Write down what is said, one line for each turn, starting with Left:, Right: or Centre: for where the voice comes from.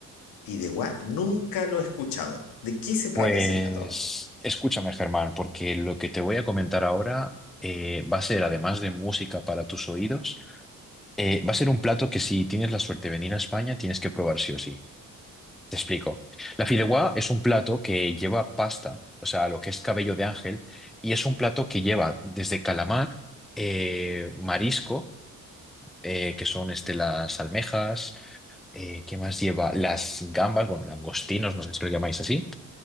Left: Fideuá, nunca lo he escuchado. ¿De qué se trata
Centre: Pues
Left: ese plato?
Centre: escúchame, Germán, porque lo que te voy a comentar ahora eh, va a ser, además de música para tus oídos, Eh, va a ser un plato que si tienes la suerte de venir a España, tienes que probar sí o sí. Te explico. La fideuá es un plato que lleva pasta, o sea, lo que es cabello de ángel, y es un plato que lleva desde calamar, eh, marisco, eh, que son este, las almejas, eh, ¿qué más lleva? Las gambas, bueno, langostinos, no sé si lo llamáis así,